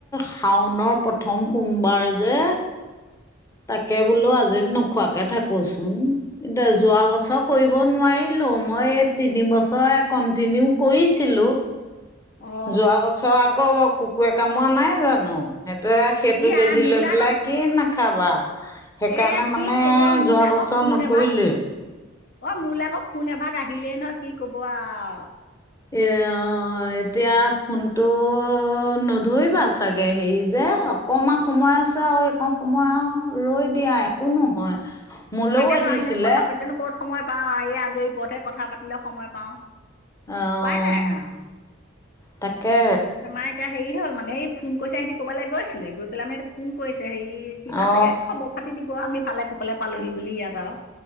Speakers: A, on the left; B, on the left.
A: শাওনৰ প্ৰথম সোমবাৰ যে তাকে বোলো আজি নোখোৱাকে থাকোচোন। এতিয়া যোৱা বছৰ কৰিব নোৱাৰিলো মই এই তিনি বছৰে কণ্টিনিউ কৰিছিলো
B: অ
A: যোৱা বছৰ আকৌ কুকুৰে কামোৰা নাই জানো সেইটোৱে। সেইটো
B: ই
A: বেজি
B: আই মোৰলৈ
A: লৈ পেলাই
B: আকৌ
A: কি নাখাবা সেইকাৰণে
B: এ
A: মানে
B: কি কব মোৰলৈ
A: যোৱা বছৰ
B: আকৌ ফোন
A: নকৰিলোৱেই।
B: এভাগ অ মোলৈ আকৌ ফোন এভাগ আহিলেই নহয় কি ক'ব আৰু।
A: এ ও এতিয়া ফোনটো নধৰিবা চাগে হেৰি যে অকণমান সময় আছে আৰু এইকণ সময় আৰু ৰৈ দিয়া একো নহয় মোলৈও
B: তাকেতো
A: আহিছিলে।
B: এনে কথা পাতিলেনো ক'ত সময় পাওঁ এই আজৰি পৰতহে কথা পাতিলে সময় পাওঁ
A: অ
B: উপাই নাই আৰু।
A: তাকে
B: আমাৰ এতিয়া হেৰি হ'ল মানে এই ফোন কৰিছে সিহঁতে কৰবালে গৈছিলে গৈ পেলাই মানে সিহঁতে ফোন কৰিছে হেৰি কিবা
A: অ
B: চাগে খবৰ পাতি দিব আমি ভালে কুশলে পালোহি বুলি ইয়াত আৰু।